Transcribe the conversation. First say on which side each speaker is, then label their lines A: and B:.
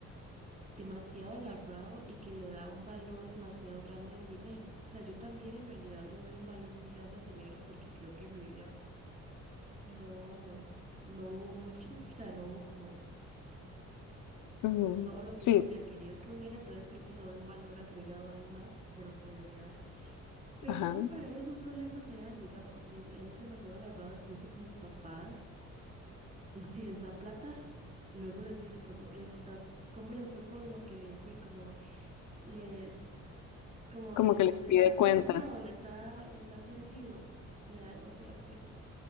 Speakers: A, on the right; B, on the left.
A: demasiado agarrado y que le da un valor demasiado grande al dinero. O sea, yo también en realidad le doy un valor muy grande al dinero porque creo que en mi vida no, no hubo mucho, o sea, no hubo como
B: Ujú,
A: todo lo que
B: Sí,
A: yo hubiera querido que hubiera, entonces creo que le doy un valor agregado ahí más de lo que le debería dar. Pero
B: ajá.
A: creo que para él es un problema real, digamos, él, él es demasiado agarrado incluso con mis papás y si les da plata, luego les dice como les estás, cómo les fue con lo que les di, como les, como
B: Como
A: les,
B: que les
A: les
B: pide
A: ha funcionado,
B: cuentas.
A: les ha, les ha servido, me da demasiada cólera.